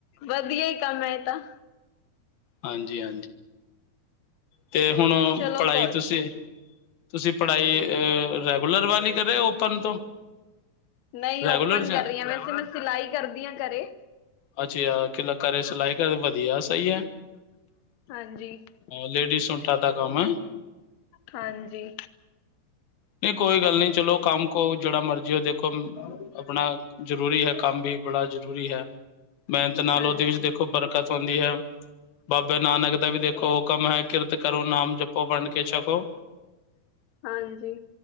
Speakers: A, on the left; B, on the left.
A: ਵਧੀਆ ਹੀ ਕੰਮ ਹੈ। ਇਹ ਤਾਂ
B: ਹਾਂਜੀ-ਹਾਂਜੀ ਤੇ ਹੁਣ,
A: ਚਲੋ
B: ਪੜ੍ਹਾਈ
A: ਕੋ
B: ਤੁਸੀਂ ਤੁਸੀਂ ਪੜ੍ਹਾਈ ਅ ਰੈਗੂਲਰ ਵੱਲ ਹੀ ਕਰ ਰਹੇ! ਓਪਨ ਤੋਂ-
A: ਨਹੀਂ
B: ਰੈਗੂਲਰ
A: ਓਪਨ
B: ਜਾਂ
A: ਕਰ ਰਹੀ। ਵੈਸੇ ਮੈਂ ਸਿਲਾਈ ਕਰਦੀ ਹਾਂ, ਘਰੇ
B: ਅੱਛਾ ਕਿਲਾ
A: ਅ
B: ਘਰੇ ਸਿਲਾਈ ਕਰ ਵਧੀਆ ਸਹੀ
A: ਹਾਂਜੀ <unintelligible>
B: ਲੇਡੀਸ ਸੂਟਾਂ ਦਾ ਕੰਮ ਏ।
A: ਹਾਂਜੀ
B: ਨਹੀਂ ਕੋਈ ਗੱਲ ਨੀ ਚਲੋ ਕੰਮ ਕੋ ਜਿਹੜਾ ਮਰਜ਼ੀ, ਉਹ ਦੇਖੋ ਆਪਣਾ। ਜ਼ਰੂਰੀ ਹੈ ਕੰਮ ਵੀ ਬੜਾ ਜ਼ਰੂਰੀ ਹੈ, ਮਿਹਨਤ ਨਾਲ
A: ਹਾਂਜੀ
B: ਉਹਦੇ ਵਿੱਚ ਦੇਖੋ ਪਰ ਹੁੰਦੀ ਹੈ। ਬਾਬੇ ਨਾਨਕ ਦਾ ਵੀ ਦੇਖੋ ਹੁਕਮ ਹੈ, ਕਿਰਤ ਕਰੋ ਨਾਮ ਜਪੋ ਵੰਡ ਕੇ ਛਕੋ। ਕੇ ਛਕੋ।
A: ਹਾਂਜੀ